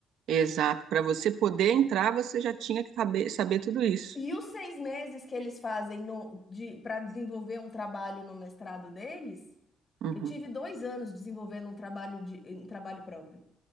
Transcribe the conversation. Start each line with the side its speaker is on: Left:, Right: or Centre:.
Right: exato. Para você poder entrar, você já tinha que saber, saber tudo isso.
Left: E os seis meses que eles fazem no, de, para desenvolver um trabalho no mestrado deles,
Right: Uhum,
Left: eu tive dois anos desenvolvendo um trabalho de, um trabalho próprio.